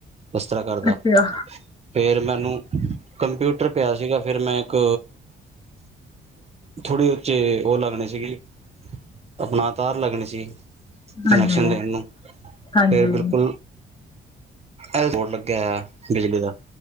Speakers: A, on the right (about 30°); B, on the left (about 25°).
A: ਇਸ ਤਰ੍ਹਾਂ ਕਰਦਾ
B: ਅੱਛਾ
A: ਫੇਿਰ ਮੈਨੂੰ ਕੰਪਿਊਟਰ ਪਿਆ ਸੀਗਾ ਫਿਰ ਮੈਂ ਇੱਕ ਥੋੜ੍ਹੀ ਉਚੇ ਉਹ ਲੱਗਣੇ ਸੀਗੀ ਆਪਣਾ ਤਾਰ ਲੱਗਣੀ ਸੀ
B: ਹਾਂਜੀ
A: ਕਨੈਕਸ਼ਨ ਦੇਣ ਨੂੰ
B: ਹਾਂਜੀ
A: ਫਿਰ ਬਿਲਕੁਲ ਇਹ ਬੋਰਡ ਲੱਗਿਆ ਹੋਇਆ ਬਿਜਲੀ ਦਾ